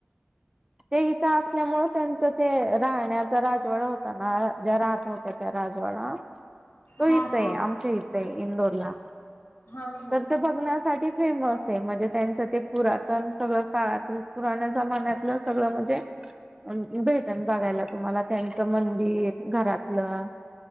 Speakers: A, on the right (about 15°); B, on the left (about 55°).
A: ते इथं असल्यामुळे त्यांचं ते राहण्याचा राजवाडा होता ना ज्या राहत हो त्याचा राजवाडा तो
B: हा
A: हितंये
B: हा
A: आमच्या हितये इंदोरला
B: हा हा
A: तर ते बघ फिरण्यासाठी फेमस आहे, म्हणजे त्यांचं ते पुरातन सगळं काळातील पुराण्या जमान्यात नं सगळं म्हणजे? भेटण बघायला तुम्हाला त्यांचं मंदिर, घरातलं